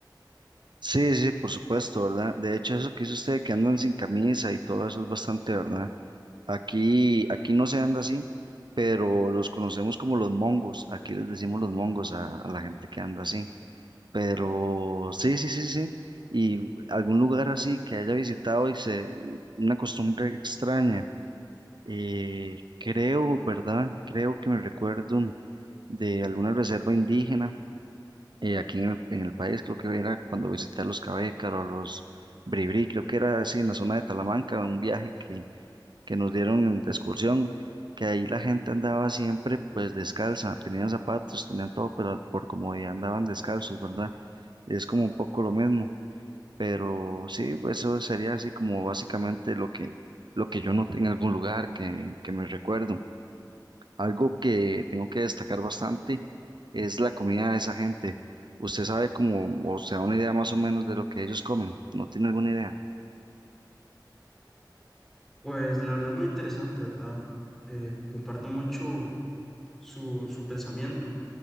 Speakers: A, on the right; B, in the centre.
A: Sí, sí, por supuesto, ¿verdad? De hecho, eso que hizo usted, que andan sin camisa y todo eso es bastante, ¿verdad? Aquí, aquí no se anda así, pero los conocemos como los mongos. Aquí les decimos los mongos a, a la gente que anda así. Pero sí, sí, sí, sí. Y algún lugar así que haya visitado y se, y una costumbre extraña. Eh, creo, ¿verdad? Creo que me recuerdo de alguna reserva indígena eh, aquí en el, en el país. Creo que era cuando visité a los Cabécaros, los Bribri, creo que era así en la zona de Talamanca, un viaje que que nos dieron en- de excursión, que ahí la gente andaba siempre pues descalza, tenían zapatos, tenían todo, pero por comodidad andaban descalzos, ¿verdad? Es como un poco lo mismo, pero sí, pues, eso sería así como básicamente lo que, lo que yo noté en algún lugar que, que me recuerdo. Algo que tengo que destacar bastante es la comida de esa gente. ¿Usted sabe cómo, o se da una idea más o menos de lo que ellos comen? ¿No tiene alguna idea?
B: Pues la verdad muy interesante, ¿verdad? Eh, comparto mucho su, su pensamiento.